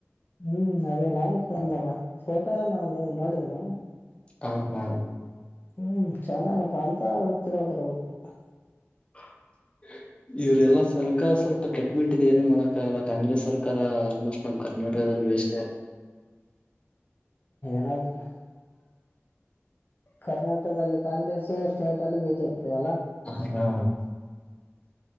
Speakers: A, on the left; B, on the left.
A: ಹ್ಮ್ ಅದೇ ನಾನೇ ಕ ಫೋಟೋ ಎಲ್ಲಮ್ಮನ್ನ ನೋಡಿದೀನ
B: ಹ ಹಾ
A: ಹ್ಮ್ ಚೆನ್ನಾಗತ್ತ ಅಂತ ವ್ಯಕ್ತಿಗಳು ಬರ್ಬೇಕು
B: ಹ ಇವ್ರೆಲ್ಲಾ ಸರ್ಕಾರ ಸ್ವಲ್ಪ ಕೆಟ್ಟಬಿಟ್ಟಿದೆ ಏನು ಮಾಡಕ್ಕ ಆಗಲ್ಲ ಕಾಂಗ್ರೆಸ್ ಸರ್ಕಾರ ಆಲ್ಮೋಸ್ಟ್ ನಮ್ ಕರ್ನಾಟಕ ವೇಸ್ಟ್
A: ನಪ್ಪ ಕರ್ನಾಟಕದಲ್ಲಿ ಕಾಂಗ್ರೆಸ್ ಸ್ಟೇಟ್ ಅಲ್ಲಿ ಬಿಜೆಪಿ ಅಲ್ಲ
B: ಹಾ